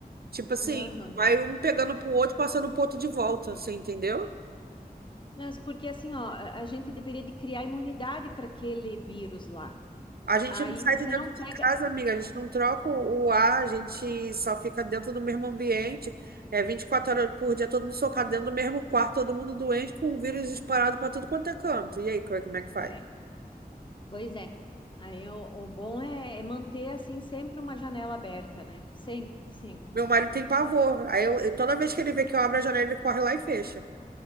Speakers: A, on the right; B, on the left.
A: Tipo assim,
B: Aham.
A: vai um pegando pro outro, passando pro outro de volta, você entendeu?
B: Mas porque assim, ó, a a gente deveria de criar imunidade para aquele vírus lá.
A: A gente
B: Aí
A: não sai
B: você
A: de dentro
B: não
A: de
B: pega.
A: casa, amiga. A gente não troca o o ar, a gente só fica dentro do mesmo ambiente. É 24 horas por dia, todo mundo socado dentro do mesmo quarto, todo mundo doente, com o vírus disparado para tudo quanto é canto. E aí, co- como é que faz?
B: É, pois é. Aí o, o bom é, é manter assim sempre uma janela aberta, né? Sempre, sempre.
A: Meu marido tem pavor. Aí eu, eu- toda vez que ele vê que eu abro a janela, ele corre lá e fecha.